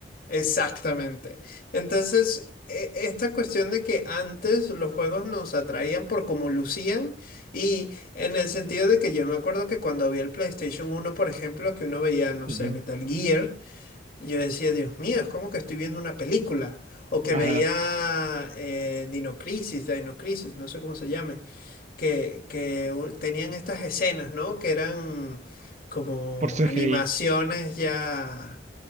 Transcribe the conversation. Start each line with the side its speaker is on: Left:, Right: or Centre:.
Left: exactamente. Entonces, e- esta cuestión de que antes los juegos nos atraían por cómo lucían y en el sentido de que yo me acuerdo que cuando vi el PlayStation uno por ejemplo, que uno veía, no
Right: Ujú.
Left: sé, Metal Gear. Y yo decía, Dios mío, es como que estoy viendo una película. O que
Right: Ajá,
Left: veía eh, Dino Crisis, Dino Crisis, no sé cómo se llame, que, que u- tenían estas escenas, ¿no? Que eran como
Right: por CGI.
Left: animaciones ya